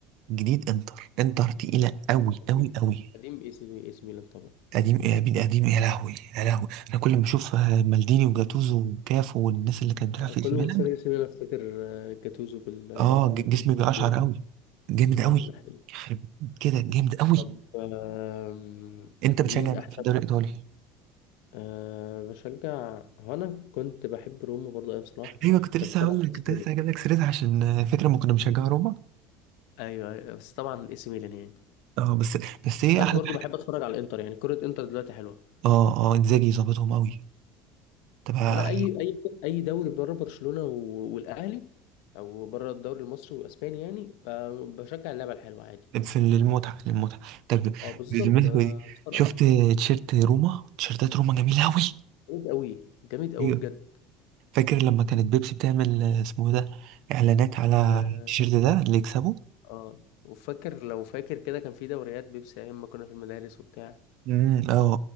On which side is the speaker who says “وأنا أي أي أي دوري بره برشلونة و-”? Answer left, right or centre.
Left